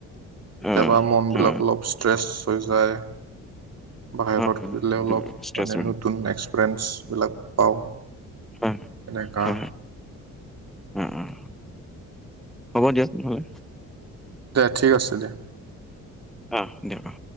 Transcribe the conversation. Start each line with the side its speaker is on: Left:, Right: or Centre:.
Right: কেতিয়াবা
Centre: অ
Right: মনবিলাক
Centre: অ
Right: অলপ ষ্ট্ৰেছ হৈ যায়। বাহিৰত
Centre: হয় হয়
Right: ফুৰিলে অলপ
Centre: ষ্ট্ৰেছ
Right: মানে
Centre: হয়
Right: নতুন এক্সপেৰিয়েঞ্চ বিলাক পাওঁ।
Centre: হো
Right: এনেকা
Centre: হো উম উম, হ'ব দিয়ক তেনেহ'লে।
Right: দিয়া ঠিক আছে দিয়া।
Centre: অৱ দিয়ক আও।